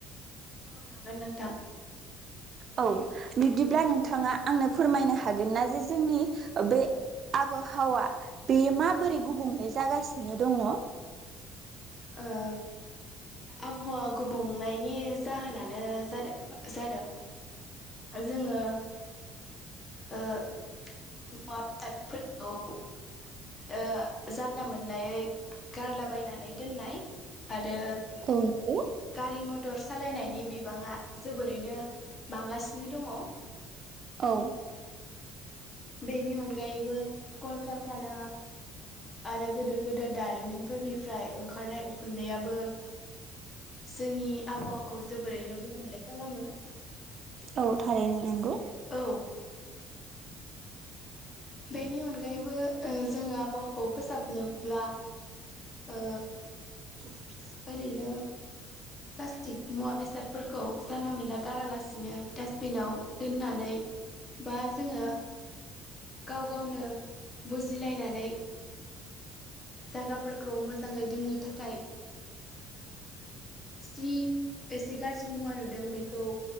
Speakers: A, on the left (about 25°); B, on the right (about 45°).
A: औ हागोन <unintelligible>
B: औ बिब्दिब्ला नोंथाङा आंनो फोरमायनो हागोन ना जे जोंनि बे आबहावा बेयो माबोरै गुबुंले जागासिनो दङ
A: ओ आबहावा गुबुंनायनि जाहोनानो जादों जादों जोङो ओ <inaudible> ओ जानला मोनलायै गारलाबायनानै दोननाय आरो
B: नंगौ
A: गारि मटरस सालायनायनि बिबाङा जोबोरैनो बांगासिनो दङ
B: औ
A: बेनि अनगायैबो कलकारखाना आरो गोदिर गोेदेर दारिमिनफोरनिफ्राय ओंखारनाय उखुन्दैआबो जोंनि आबहावाखौ जोबोरैनो गुबुंले खालामो
B: औ थारैनो नोंगौ
A: औ बेनि अनगायैबो ओ जोङो आबहावाखौ फोसाबनोब्ला ओ
B: <inaudible>
A: ओरैनो प्लास्टिक मुवा बेसादफोरखौ जानला मेला गारालासिनो डास्टबिनाव दोननानै बा जोङो गाव गावनो बुजिलायनानै जागाफोरखौ मोजाङै दोननो थाखाय जि एसे गाज्रि मुवा नुदों बेखौ